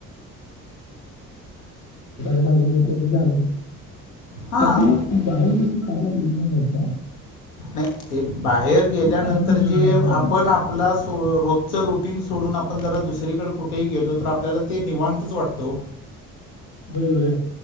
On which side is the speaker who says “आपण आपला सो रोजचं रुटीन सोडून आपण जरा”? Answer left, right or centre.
Left